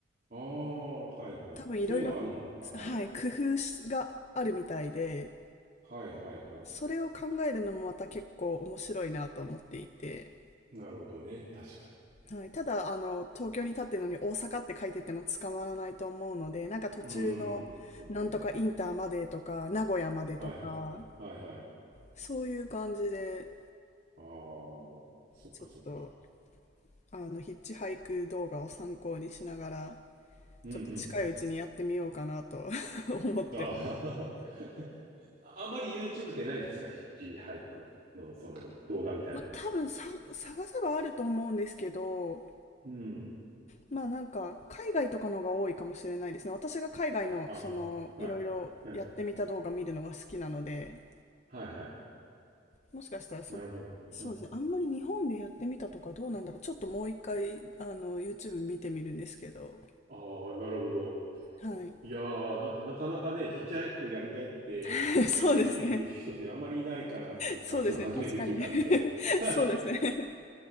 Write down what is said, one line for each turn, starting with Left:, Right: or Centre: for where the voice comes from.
Right: ああ、はいはい。
Left: 多分いろいろ、
Right: そういうのあるのかな。は
Left: はい、工夫があるみたいで
Right: いはいはい。
Left: それを考えるのもまた結構面白いなと思っていて、
Right: なるほどね。確かに。
Left: はい、ただあの東京に立ってるのに大阪って書いてても捕まらないと思うのでなんか途中のなんとかインターまでとか名古屋までとか
Right: うーん、そうね。はいはい。はいはい。
Left: そういう感じで
Right: ああ、そっかそっか。
Left: ちょっとあの、ヒッチハイク動画を参考にしながら、
Right: うんうん。
Left: ちょっと近いうちにやってみようかなと <laughs> 思ってます。
Right: ああ、<laughs> あまり YouTube ってないんですかヒッチハイクのその動画みたいなの。
Left: まあ、多分さ、探せばあると思うんですけど、
Right: うん。
Left: まあなんか、海外とかのが多いかもしれないですね。私が海外の、
Right: あ、あ、
Left: その、
Right: あ、
Left: いろいろやってみた動画見るのが好きなので、
Right: はい。はいはいはい。
Left: もしかしたらそ、
Right: なるほど。
Left: そうですね。
Right: うん。
Left: あんまり日本でやってみたとかどうなんだろう。ちょっともう一回、あの、YouTube 見てみるんですけど。
Right: ああ、なるほど。
Left: はい。
Right: いやー、なんか、<laughs> なかなかね、ヒッチハイクやりたいって、
Left: <laughs> そうですね。
Right: えーいう人ってあんまりいないかな、つうか、
Left: そうですね。
Right: その初めて聞いたんで。
Left: 確かに。<laughs>
Right: <laughs>
Left: そうですね。